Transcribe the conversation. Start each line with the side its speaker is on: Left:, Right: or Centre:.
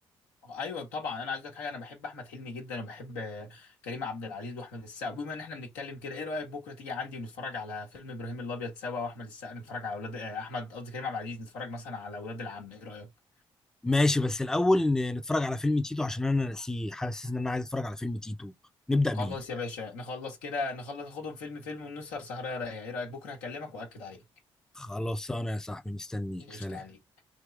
Left: ايوه طبعا انا عايز اقول لك حاجه انا بحب احمد حلمي جدا وبحب آه، كريم عبد العزيز واحمد السقا بما ان احنا بنتكلم كده ايه رايك بكره تيجي عندي ونتفرج على فيلم ابراهيم الابيض سوا واحمد السقا نتفرج على اولاد آه، احمد قصدي كريم عبد العزيز نتفرج مثلا على اولاد العم ايه رايك
Centre: ماشي بس الأول ن- نتفرج على فيلم تيتو عشان أنا ناسيه حاسس إن أنا عايز أتفرج على فيلم تيتو نبدأ بيه
Left: خلاص يا باشا نخلص كده نخلص ناخدهم فيلم فيلم ونسهر سهره رايقه ايه رايك بكره هكلمك واكد عليك
Centre: خلاص أنا يا صاحبي مستنيك
Left: قشطه
Centre: سلام
Left: عليك